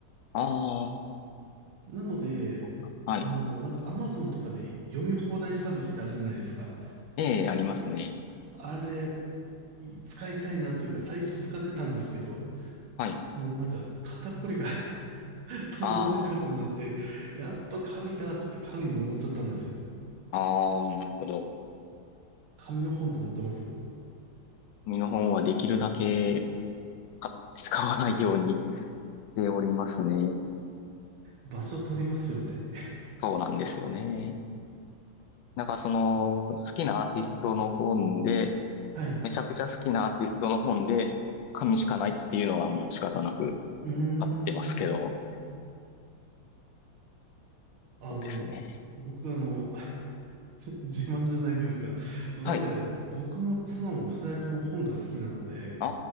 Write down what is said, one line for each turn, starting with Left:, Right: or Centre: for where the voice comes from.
Left: あ
Right: なので、
Left: あ、はい。
Right: あの、なんか Amazon とかで読み放題サービスってあるじゃないですか。
Left: えーありますね。
Right: あれ、い使いたいなというか最初使ってたんですけど、
Left: はい。
Right: もうなんか肩こりが <laughs> とんでもないことになって、
Left: あ
Right: やっぱ紙だって言って紙に戻っちゃったんですよ。
Left: あ、ああ、なるほど。
Right: 紙の本って持ってます
Left: 紙の本はできるだけ、か使わないようにしておりますね。
Right: 場所取りますよね。
Left: そうなんですよね。なんかその、好きなアーティストの本で、
Right: はい。
Left: めちゃくちゃ好きなアーティストの本で、紙しかないっていうのはもう仕方なく
Right: うーん。
Left: あってますけど、
Right: あの、
Left: そうですね。
Right: 僕あの、<laughs> 自慢じゃないですが、我が家、
Left: はい。
Right: 僕も妻も二人とも本が好きなので、
Left: あ